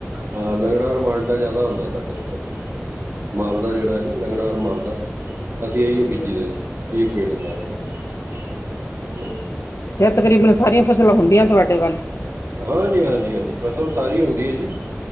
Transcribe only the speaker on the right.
ਹਾਂ, ਲੰਗੜਾ ਔਰ ਮਾਲਟਾ ਜਿਆਦਾ ਹੁੰਦਾ ਸਾਡੇ ਇੱਧਰ। ਮਾਲ ਦਾ ਜਿਹੜਾ ਨਾ, ਮੰਗੜਾ ਔਰ ਮਾਲਦਾ, ਅਸੀਂ
ਆਈ ਉਹ ਬੀਜੀ ਦਾ ਜੀ। ਅਈ ਔ ਪੇੜ ਲਾਏ ਹੈ।
ਹਾਂਜੀ- ਹਾਂਜੀ, ਹਾਂਜੀ। ਫਸਲ ਸਾਰੀ ਹੁੰਦੀ ਹੈ ਜੀ।